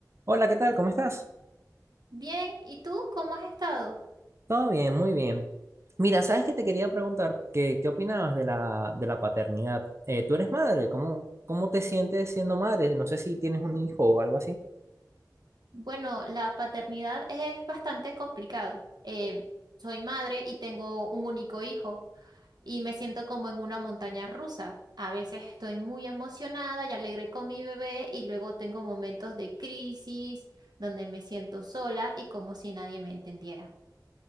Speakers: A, on the right (about 40°); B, on the right (about 70°).
A: Hola, ¿qué tal? ¿Cómo estás?
B: Bien, ¿y tú cómo has estado?
A: Todo bien, muy bien. Mira, ¿sabes que te quería preguntar? ¿Qué, qué opinabas de la, de la paternidad? Eh, tú eres madre, ¿cómo, cómo te sientes siendo madre? No sé si tienes un hijo o algo así.
B: Bueno, la paternidad es bastante complicado. Eh, soy madre y tengo un único hijo y me siento como en una montaña rusa. A veces estoy muy emocionada y alegre con mi bebé y luego tengo momentos de crisis donde me siento sola y como si nadie me entendiera.